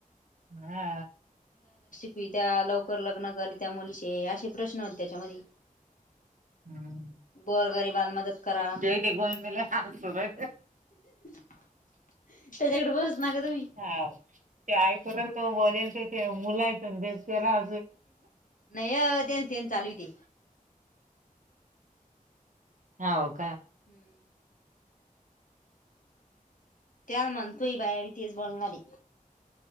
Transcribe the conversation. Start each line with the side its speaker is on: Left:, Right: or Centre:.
Right: हा
Left: क त्या लवकर लग्न कर त्या मुलीचे असे प्रश्न होते त्याच्यामध्ये
Right: हम्म
Left: गोरगरीबाला मदत करा
Right: ते ते को मला आय
Left: <inaudible> त्याच्याकडे
Right: हा
Left: बघूच ना का तुम्ही.
Right: तेईपरत बलेल ते ते मुलायचंे त्याला
Left: नाही अ तेच तेन चालू ते
Right: हा ओक
Left: हम्म त्याला म्हणतोय बाया बी तेच बोलणारे